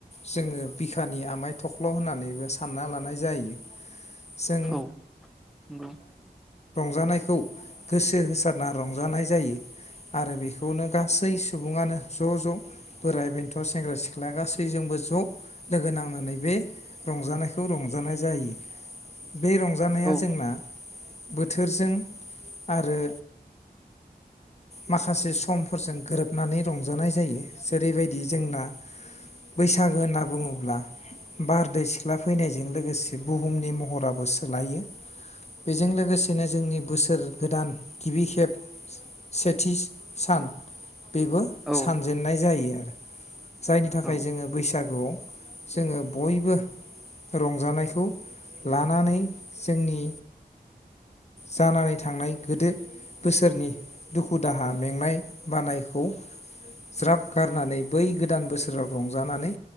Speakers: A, on the left; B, in the centre.
A: जोङो बिखानि आमाय थख्ल' होननानैबो सानना लानाय जायो जों
B: औ नंगौ
A: जाय हानायखौ गोसो होसारना रंजानाय जायो आरो बेखौनो गासै सुबुङानो ज' ज' बोराय बेन्थ सेंग्रा सिख्ला गासैजोंबो ज' लोगो नांनानै बे रंजानायखौ रंजानाय जायो बे रंजानाया
B: औ
A: जोंना बोथोरजों आरो माखासे समफोरजों गोरोबनानै रंजानाय जायो जेरैबायदि जोंना बैसागो होनना बुङोब्ला बारदै सिख्ला फैनायजों लोगोसे बुहुमनि महराबो सोलायो बेजों लोगोसे बिदिनो जोंनि बोसोर गोदान गिबि खेफ सेथि सान बेबो
B: औ
A: सानजेननाय जायो आरो जायनि थाखाय
B: औ
A: जोङो बैसागुआव जोङो बयबो रंजानायखौ लानानै जोंनि जानानै थांनाय गोदो बोसोरनि दुखु दाहा मेंनाय बानायखौ ज्राब गारनानै बै गोदान बोसोराव रंजानानै